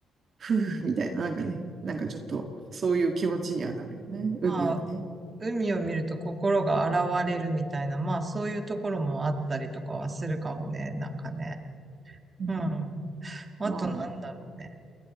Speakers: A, on the right (about 50°); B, on the right (about 30°).
A: 夫婦みたいな、なんかね、なんかちょっと、そういう気持ちにはなるよね、
B: まあ
A: 海はね。
B: 海を見ると心が洗われるみたいな、まあそういうところもあったりとかはするかもね、なんかね。
A: うん
B: うん。あとなんだろうね。
A: まあ、